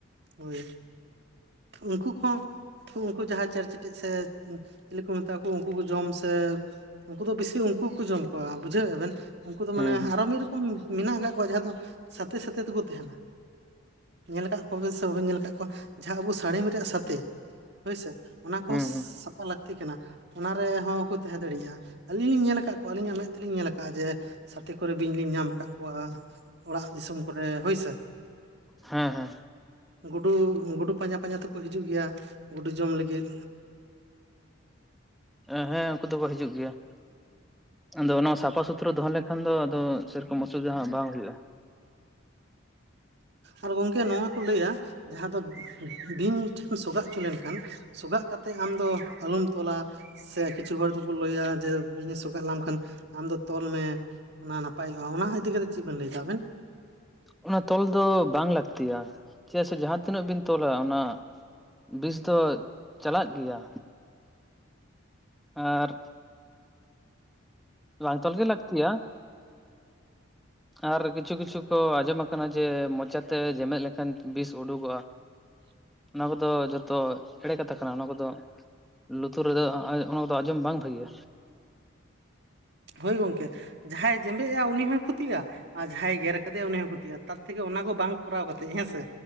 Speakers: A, on the right (about 55°); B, in the centre.
A: ᱦᱳᱭ ᱩᱱᱠᱩ ᱠᱷᱚᱸᱼᱼ ᱩᱱᱠᱩ ᱡᱟᱦᱟᱸᱭ ᱪᱮᱨ ᱪᱮᱴᱮᱡ ᱥᱮ ᱩᱸ ᱪᱤᱞᱤ ᱠᱩ ᱢᱮᱛᱟ ᱠᱩ ᱩᱱᱠᱩ ᱠᱚ ᱡᱚᱢ ᱥᱮᱼᱼ ᱩᱱᱠᱩ ᱫᱚ ᱵᱤᱥᱤ ᱩᱱᱠᱩ ᱜᱮᱠᱚ ᱡᱚᱢ ᱠᱚᱣᱟ ᱵᱩᱡᱷᱟᱹᱣᱮᱜ-ᱟ ᱵᱮᱱ ᱩᱱᱠᱩ ᱫᱚ
B: ᱦᱩᱸ
A: ᱢᱟᱱᱮ
B: ᱦᱩᱸ
A: ᱟᱨᱚ ᱢᱤᱫ ᱨᱚᱠᱚᱢᱼᱼ ᱢᱮᱱᱟᱜ ᱟᱠᱟᱜ ᱠᱚᱣᱟ ᱡᱟᱦᱟᱸ ᱫᱚ ᱥᱟᱛᱮᱮ ᱥᱟᱛᱮ ᱛᱮᱠᱚ ᱛᱟᱦᱮᱱᱟ᱾ ᱧᱮᱞ ᱠᱟᱜ ᱠᱚᱣᱟ ᱥᱮ ᱵᱟᱵᱮᱱ ᱧᱮᱞ ᱠᱟᱜ ᱠᱚᱣᱟ ᱡᱟᱦᱟᱸ ᱟᱵᱚ ᱥᱟᱲᱤᱢᱼᱼ ᱥᱟᱛᱮ ᱦᱳᱭᱥᱮ ᱚᱱᱟ ᱠᱚ
B: ᱦᱩᱸ
A: ᱦᱚᱸᱥᱼᱼ
B: ᱦᱩᱸ
A: ᱯᱟ ᱞᱟᱠᱛᱤ ᱠᱟᱱᱟ ᱚᱱᱟ ᱨᱮᱦᱚᱸ ᱠᱚ ᱛᱮᱦᱮᱸ ᱫᱟᱹᱲᱤᱭᱟᱜ-ᱟ ᱟᱸᱞᱤᱧ ᱞᱤᱧ ᱧᱮᱞ ᱟᱠᱟᱜᱼᱼ ᱟᱹᱞᱤᱧᱟᱜ ᱢᱮᱫ ᱛᱮᱞᱤᱧ ᱧᱮᱞ ᱟᱠᱟᱜ-ᱟ ᱡᱮ ᱥᱟᱛᱮ ᱠᱚᱨᱮ ᱵᱤᱧ ᱞᱤᱧ ᱧᱟᱢ ᱠᱟᱜ ᱠᱚᱣᱟ᱾ ᱚᱲᱟᱜ ᱫᱤᱥᱚᱢ ᱠᱚᱨᱮ ᱦᱳᱭ ᱥᱮ᱾
B: ᱦᱮᱸ ᱦᱮᱸ᱾
A: ᱜᱩᱰᱩ ᱜᱩᱰᱩ ᱯᱟᱸᱡᱟ ᱯᱟᱸᱡᱟ ᱛᱮᱠᱚ ᱦᱤᱡᱩᱜ ᱜᱮᱭᱟ ᱜᱩᱰᱩ ᱡᱚᱢ ᱞᱟᱹᱜᱤᱫᱼᱼ
B: ᱮ ᱦᱮᱸ ᱩᱱᱠᱩ ᱫᱚᱠᱚ ᱦᱤᱡᱩᱜ ᱜᱮᱭᱟ᱾ ᱟᱫᱚ ᱚᱱᱟ ᱥᱟᱯᱷᱟ ᱥᱩᱛᱷᱨᱚ ᱫᱚᱦᱚ ᱞᱮᱠᱷᱟᱱ ᱫᱚ ᱟᱫᱚ ᱥᱮᱭ ᱨᱚᱠᱚᱢ ᱚᱥᱩᱵᱤᱫᱟ ᱦᱟᱸᱜ ᱵᱟᱝ ᱦᱩᱭᱩᱜ-ᱟ᱾
A: ᱟᱨ ᱜᱚᱝᱠᱮ ᱱᱚᱣᱟ ᱠᱚ ᱞᱟᱹᱭᱟ ᱡᱟᱦᱟᱸ‌ᱩᱸ ᱫᱚ ᱵᱤᱧ ᱴᱷᱮᱱᱼᱼ ᱥᱚᱜᱟᱜ ᱩᱪᱩ‌ ᱞᱮᱱᱠᱷᱟᱱ ᱥᱚᱜᱟᱜ ᱠᱟᱛᱮᱜ ᱟᱢᱫᱚ ᱟᱞᱚᱢ ᱛᱚᱞᱟᱼᱼ ᱥᱮ ᱠᱤᱪᱷᱩ ᱦᱚᱲ ᱫᱚᱠᱚ ᱞᱟᱹᱭᱟ ᱡᱮ ᱵᱤᱧᱮ ᱥᱚᱜᱟᱜ ᱞᱟᱢ ᱠᱷᱟᱱ ᱟᱢ ᱫᱚ ᱛᱚᱞ ᱢᱮ᱾ ᱚᱱᱟ ᱱᱟᱯᱟᱭᱚᱜ-ᱟ ᱚᱱᱟ ᱤᱫᱤ ᱠᱟᱛᱮᱜ ᱪᱤᱜ ᱵᱮᱱ ᱞᱟᱹᱭ ᱫᱟ ᱟᱵᱮᱱ?
B: ᱚᱱᱟ ᱛᱚᱞ ᱫᱚ ᱵᱟᱝ ᱞᱟᱠᱛᱤ ᱭᱟ ᱪᱮᱫᱟᱜ ᱥᱮ ᱡᱟᱦᱟᱸ ᱛᱤᱱᱟᱹᱜ ᱵᱤᱱ ᱛᱚᱞᱟ ᱚᱱᱟᱼᱼ ᱵᱤᱥ ᱫᱚ ᱪᱟᱞᱟᱜ ᱜᱮᱭᱟ᱾ ᱟᱨᱼᱼ ᱵᱟᱝ ᱛᱚᱞ ᱜᱮ ᱞᱟᱹᱠᱛᱤ ᱭᱟ᱾ ᱟᱨ ᱠᱤᱪᱷᱩ ᱠᱤᱪᱷᱩ ᱠᱚ ᱟᱸᱡᱚᱢ ᱟᱠᱟᱱᱟ ᱡᱮ ᱢᱚᱪᱟ ᱛᱮ ᱡᱮᱢᱮᱫ ᱞᱮᱠᱷᱟᱱ ᱵᱤᱥ ᱩᱰᱩᱜᱚᱜ-ᱟ᱾
A: <unintelligible>
B: ᱚᱱᱟ ᱠᱚᱫᱚ ᱡᱚᱛᱚ ᱮᱲᱮ ᱠᱟᱛᱷᱟ ᱠᱟᱱᱟ ᱚᱱᱟ ᱠᱚᱫᱚᱼᱼ ᱞᱩᱛᱩᱨ ᱨᱮᱫᱚ ᱟᱸ ᱚᱱᱟ ᱠᱚᱫᱚ ᱟᱸᱡᱚᱢ ᱵᱟᱝ ᱵᱷᱟᱹᱜᱤᱭᱟ᱾
A: ᱦᱳᱭ ᱜᱚᱝᱠᱮ, ᱡᱟᱦᱟᱸᱭ ᱡᱮᱢᱵᱮᱜ ᱮᱜ-ᱟ ᱩᱱᱤ ᱦᱚᱭ ᱠᱷᱚᱛᱤᱜ-ᱟ᱾ ᱟᱨ ᱡᱟᱦᱟᱸᱭ ᱜᱮᱨ ᱠᱟᱫᱮᱭᱟ ᱩᱱᱤ ᱦᱚᱸ ᱠᱷᱩᱛᱤᱜ-ᱟ, ᱛᱟᱨ ᱛᱷᱮᱠᱮ ᱚᱱᱟ ᱠᱚ ᱵᱟᱝ ᱠᱚᱨᱟᱣ ᱠᱟᱛᱮᱜ ᱦᱮᱸ ᱥᱮ